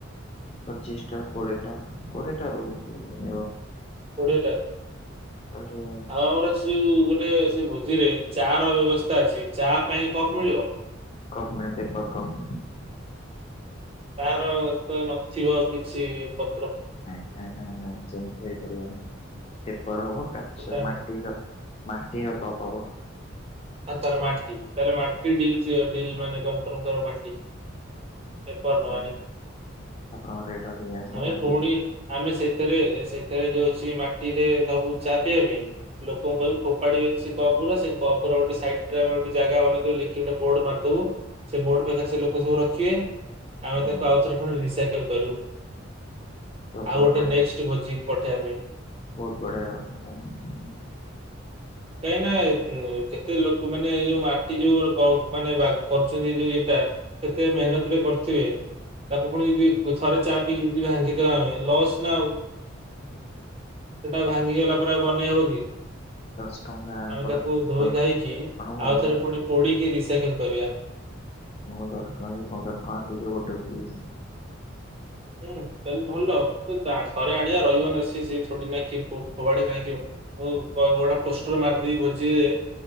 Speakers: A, on the left (about 30°); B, on the right (about 30°).
A: ପଚିଶିଟା କୋଡ଼ିଏ ଟା କୋଡ଼ିଏ ଟା ରହୁଛି ମିନିମମ୍।
B: କୋଡ଼ିଏଟା।
A: <unintelligible>
B: ଆଉ ଆମର ସେ ଯୋଉ ଗୋଟେ ସେ ଭୋଜିରେ ଚା ର ବ୍ୟବସ୍ଥା ଅଛି ଚା ପାଇଁ କପ୍ ମିଳିବ?
A: କପ୍ ପାଇଁ ପେପର କପ୍।
B: ତାର ତ ନଥିବ କିଛି ପ
A: ନାଇଁ ନାଇଁ ନାଇଁ ନାଇଁ ସେମିତି ହେଇପାରିବନି ପେପର ହବ କାଚ
B: ସେଟା
A: ମାଟି କପ୍। ମାଟିର କପ୍ ହବ।
B: ଆଉ ତାହଲେ ମାଟି ତାହେଲେ ମାଟି ଡିଲ୍ କ୍ଲିଅର ଡିଲ୍ ମାନେ କନଫର୍ମ କର ମାଟି। ପେପର ନବାନି
A: ରେଟ୍ ଆପଣଙ୍କ ରେଟ୍ ଅଧିକ ଆସିବ
B: ଆମେ
A: ମାଟି
B: ପୁଣି
A: ଗୁରା।
B: ଆମେ ସେଥିରେ ସେଟାରେ ଯୋଉ ଅଛି ମାଟିରେ ଦବୁ ଚା ପିଇବା ପାଇଁ। ଲୋକଙ୍କୁ କହିବୁ ଫୋପାଡ଼ି ବେନି ସେ କପ୍ ଉରା ସେ କପ୍ ଉପର ଗୋଟେ ସାଇଡରେ ଆମେ ଗୋଟେ ଜାଗା ବନେଇ ଦବୁ ଲେଖିକି ଗୋଟେ ବୋଡ଼ ମାରି ଦବୁ। ସେ ବୋର୍ଡ ପାଖରେ ସେ ଲୋକ ସବୁ ରଖିବେ ଆମେ
A: ହୁଁ
B: ତାକୁ ଆଉଥରେ ପୁଣି ରିସାଇକେଲ କରିବୁ।
A: ତ ବହୁତ
B: ଆଉ ଗୋଟେ
A: ବଢିଆ
B: ନେକ୍ସଟ ଭୋଜିିକି ପଠେଇବା ପାଇଁ।
A: ବହୁତ ବଢ଼ିଆ କଥା <unintelligible>
B: କାହିଁକ ନା ଏ କେତେ ଲୋକ ମାନେ ଏଇ ଯୋଉ ମାଟି ଯୋଉ ମାନେ କ <unintelligible> ମାନେ ବା କରୁଛନ୍ତି ଯୋଉ ଇଏଟା। କେତେ ମେହନତ ରେ କରୁଥିବେ। ତାକୁ ପୁଣି <unintelligible> ଥରେ ଚା ପିଇକି ଭାଙ୍ଗି ଦବା ଆମେ ବସ୍ ନା ଆଉ। ସେଟା ଭାଙ୍ଗିଗଲା ପରେ ଆଉ ବନେଇ ହବ କି?
A: ଦଶ ଟଙ୍କା
B: ଆମେ
A: କୋଡିଏ
B: ତାକୁ ଧୋଇ ଧୋଇକି
A: ଆପଣଙ୍କୁ
B: ଆଉ ଥରେ ପୁଣି ପୋଡିକି ରିସାଇକେଲ କରିବା।
A: ତମ ଦଶ ଟଙ୍କା କି ପନ୍ଦର ଟଙ୍କା ହେଇଯାଏ ଗୋଟେ ପିସ।
B: ହୁଁ ତାହେଲେ ଭଲ ଥରେ ଆଣିବା ରହିବ ନା ସଏ ସିଏ ଛୋ ନା କିଏ କଚାଡ଼ି ଭାଙ୍ଗିବ। ମୁଁ ଗୋଟେ ପୋଷ୍ଟର ମାରିଦେଇ ଭୋଜିରେ ରଖିବି।